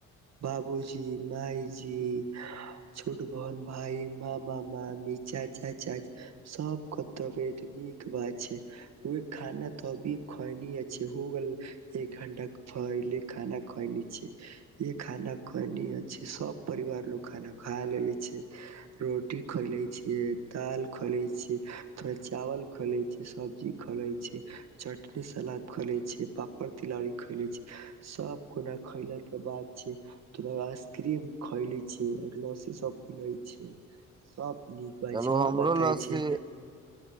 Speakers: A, on the right; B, on the right.
A: बाबूजी मााय जी छोट बहन भाय मामा मामी चाचा चाची सब के तबियत नीक बात छै उह खाना त अभी खइनी छै एक घंटा के फले खाना खल छ ये खाना ख सब परिवार लोग खाना खा लेले छै रोटी खैले छै दाल खुले छै थोड़ा चावल खले छै सब्जी खोले छै चटनी सलाद खैले छै पापड़ तिलौरीी खैलै छ सभ कोना खैलाके बाद छै त आइसक्रीम खैलै छियै आओर लसी सभ प लैत छै सभ नीक बात
B: चलू
A: छै आओर
B: हमरो
A: बताय
B: लस्सी
A: छै